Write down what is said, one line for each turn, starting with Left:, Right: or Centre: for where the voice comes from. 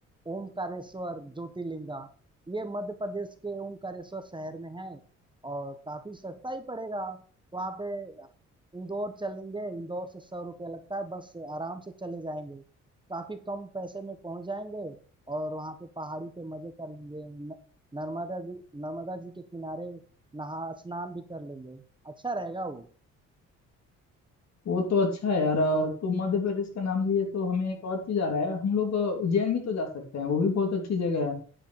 Right: ओमकारेश्वर ज्योतिर्लिंगा ये मध्य प्रदेश के ओमकारेश्वर शहर में है और काफी सस्ता ही पड़ेगा वहाँ पे इंदौर चलेंगे इंदौर से सौ रुपया लगता है बस से आराम से चले जाएंगे काफी कम पैसे में पहुंच जाएंगे और वहाँ पे पहाड़ी पे मजे कर लेंगे न- नर्मदा जी नर्मदा जी के किनारे नहा स्नान भी कर लेंगे अच्छा रहेगा वो
Left: वो तो अच्छा है यार और तुम मध्य प्रदेश का नाम लिए तो हमें एक और चीज आ रहा है हम लोग अ, उज्जैन भी तो जा सकते हैं वो भी बहुत अच्छी जगह है